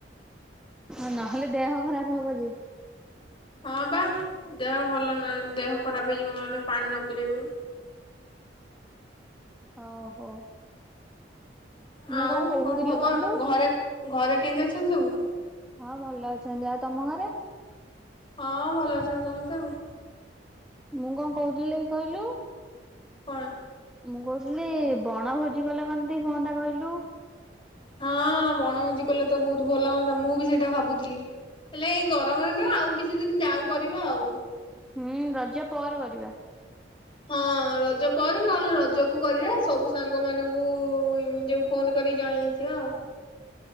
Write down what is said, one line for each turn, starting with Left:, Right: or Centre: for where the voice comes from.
Centre: ହଁ ନହେଲେ ଦେହ ଖରାପ ହବ ଯେ।
Left: ହଁ ବା ଦେହ ଭଲ ନ- ଦେହ ଖରାପ ହେଇଯିବ ନହେଲେ ପାଣି ନ ପିଇଲେ ବୁ
Centre: ଓହୋ। ମୁଁ
Left: ଆଉ
Centre: କହୁଥିଲି
Left: କଣ ଖବର
Centre: କହିଲୁ
Left: ଘରେ ଘରେ କେମିତି ଅଛନ୍ତି ସବୁ।
Centre: ହଁ ଭଲ ଅଛନ୍ତି, ଆଉ ତୋମ ଘରେ?
Left: ହଁ ଭଲ ଅଛନ୍ତି ସମସ୍ତେ ଆଉ।
Centre: ମୁଁ କଣ କହୁଥିଲି କି କହିଲୁ।
Left: କଣ?
Centre: ମୁଁ କହୁଥିଲି ବଣ ଭୋଜି କଲେ କେମିତି ହୁଅନ୍ତା କହିଲୁ?
Left: ହଁ ବଣଭୋଜି କଲେ ତ ବହୁତ ଭଲ ହଅନ୍ତା ମୁଁ ବି ସେଟା ଭାବୁଥିଲି, ହେଲେ ଏଇ ଗରମରେ ନା ଆଉ କିଛି ଦିନ ଯାାଉ କରିବା ଆଉ।
Centre: ହୁଁ ରଜ ପର କରିବା।
Left: ହଁ ରଜ ପରେ ନହେଲେ ରଜ କୁ କରିବା ସବୁ ସାଙ୍ଗ ମାନଙ୍କୁ ଉ, ଯୋଉ ଫୋନ୍ କରିକି ଜଣେଇ ଦେଇଥିବା ଆଉ।